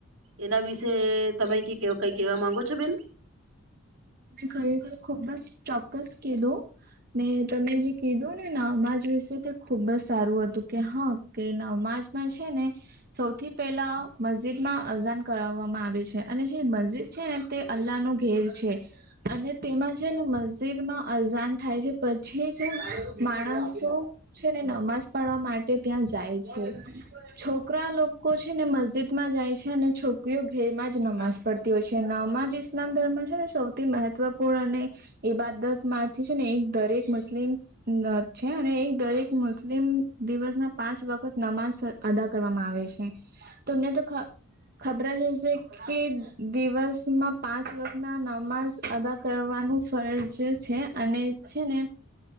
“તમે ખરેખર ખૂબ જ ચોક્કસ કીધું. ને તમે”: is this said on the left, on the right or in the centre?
Right